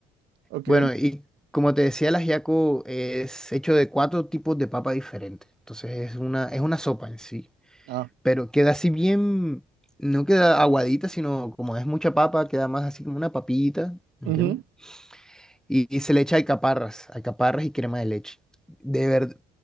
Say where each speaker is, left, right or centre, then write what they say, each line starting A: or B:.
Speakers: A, on the right; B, in the centre.
A: Ok.
B: Bueno, y como te decía, el ajiaco es hecho de cuatro tipos de papa diferentes. Entonces es una, es una sopa en sí.
A: Ah,
B: pero queda así bien, no queda aguadita, sino como es mucha papa, queda más así como una papita, ¿entiendes?
A: ujú.
B: Y, y se le echa alcaparras, alcaparras y crema de leche. De verdad,